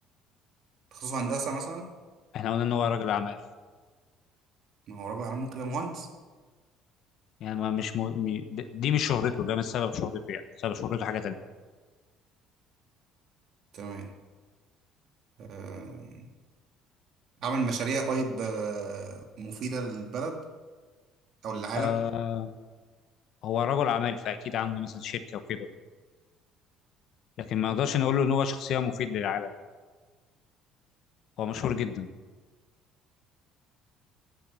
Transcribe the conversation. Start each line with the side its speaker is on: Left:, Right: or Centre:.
Right: تخصصه هندسة مثلا
Left: احنا قلنا ان هو راجل اعمال
Right: ما هو راجل عمل ممكن يبقى مهندس
Left: يعني ما مش م... م... د- دي مش شهرته ده مش سبب شهرته يعني سبب شهرته حاجه تانية
Right: تمام آه، عمل مشاريع طيب آه، مفيدة للبلد أو للعالم
Left: آه هو رجل اعمال فاكيد عنده مثلا شركه وكده لكن ما نقدرش نقول له ان هو شخصيه مفيد للعالم هو مشهور جدا